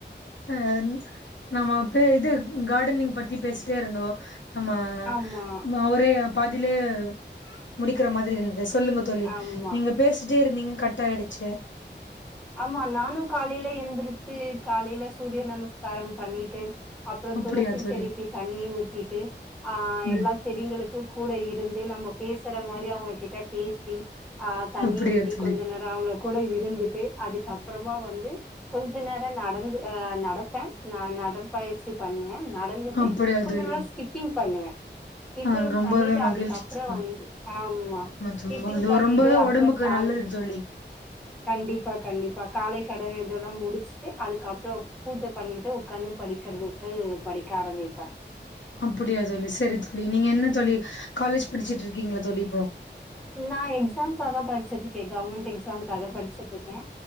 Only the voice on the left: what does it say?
ஆஹ் நம்ப அப்பே இது கார்டனிங் பத்தி பேசிட்டே இருந்தோ அம்மா
மவ்ரே பாதிலே முடிகற மாரி இருந் சொல்லுங்க தோழி
நீங்க பேசிட்டே இருக்கீங் கட்டாய்டுச்சி
அப்டியா
தோழி
ம்
அப்டியா
தோழி
அப்டியா
தோழி
ஆ ரொம்பவே
மகிழ்ச்சி
தோழி
தோழி அது
ரொம்பவே
ஒடம்புக்கு
நல்லது தோழி
அப்டியா தோழி செரி தோழி நீங்க என்ன தோழி காலேஜ் படிச்சிட்ருக்கீங்களா தோழி இப்போ